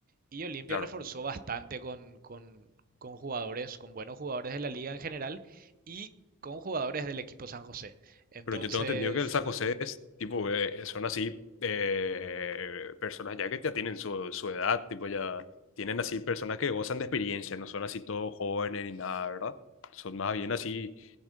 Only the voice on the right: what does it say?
Y Olimpia
reforzó bastante con, con, con jugadores, con buenos jugadores de la liga en general y con jugadores del equipo San José. Entonces,